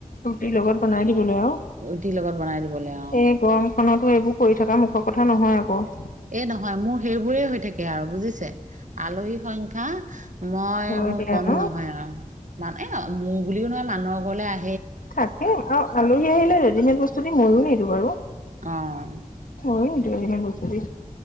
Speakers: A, on the left; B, on the right.
A: ৰুটিৰ লগত বনাই দিব। জুলাই আৰু,
B: ৰুটিৰ লগত বনাই দিবলৈ অ
A: এই গৰম খতো এইবোৰ কৰি থকা মুখৰ কথা নহয় আকৌ।
B: এ নহয় মোৰ সেইবোৰেই হৈ থাকে আৰু বুজিছে আলহী সংখ্য। মই
A: হয়
B: মোৰ
A: দিয়া
B: কম
A: ন
B: নহয় আৰু, মানে মোৰ বুলিও নহয় মানুহৰ ঘৰলে আ।
A: থাকে আৰু আলহী আহিলে ৰেডিমেড বস্তু দি মইয়ো নিদি বাৰু।
B: অঁ।
A: হয় কৈছে।